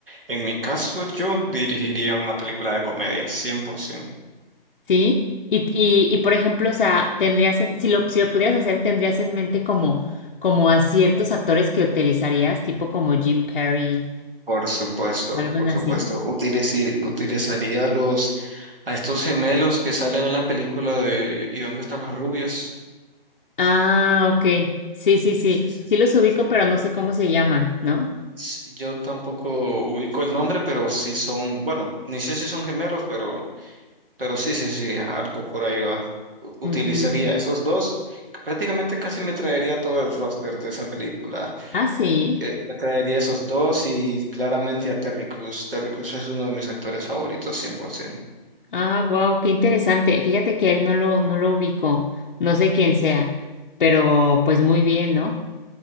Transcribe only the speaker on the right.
En mi caso, yo dirigiría una película de comedia, 100%.
Por supuesto,
por
supuesto. Utilicir- utilizaría los a estos gemelos que salen en la película de ¿Y dónde están las rubias?
Sí,
sí, sí, sí,
sí,
sí.
S- Yo tampoco ubico el nombre, pero sí son, bueno, ni sé si son gemelos, pero, pero sí, sí, sí, algo por ahí va. U- Utilizaría
esos dos. Prácticamente casi me traería todo el roster de esa película.
Eh, me traería esos dos y claramente a Terry Crews. Terry Crews es uno de mis actores favoritos, 100%.